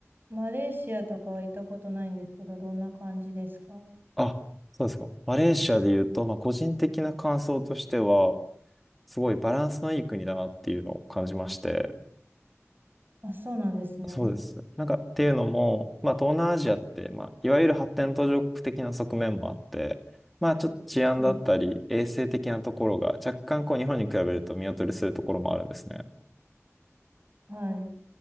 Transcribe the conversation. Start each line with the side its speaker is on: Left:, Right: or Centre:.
Right: マレーシアとかは行ったことないんですけど、どんな感じですか
Centre: あ、そうですか。マレーシアで言うと、まあ、個人的な感想としては、すごいバランスのいい国だなっていうのを感じまして、
Right: あ、そうなんですね。
Centre: そうです。なんか、っていうのも、まあ、東南アジアって、まあ、いわゆる発展途上国的な側面もあって、まあ、ちょっと治安だったり、
Right: そうですね。
Centre: 衛生的なところが若干こう日本に比べると見劣りするところもあるんですね。
Right: はい。